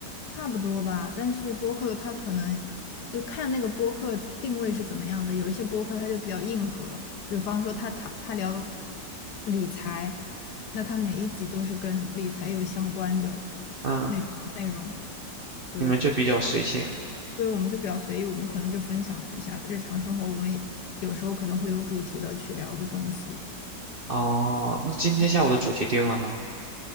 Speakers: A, on the left; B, on the right.
A: 差不多吧，但是播客它可能就看那个播客定位是怎么样的。有一些播客它就比较硬核，比方说他他他聊理财，那他每一集都是跟理财有相关的
B: 嗯，
A: 内容。对，
B: 你们就比较随性
A: 所以我们就比较随意，我们可能就分享一下日常生活，我们也有时候可能会有主题的去聊个东西。
B: 哦。那今天下午的主题定了吗？
A: 嗯，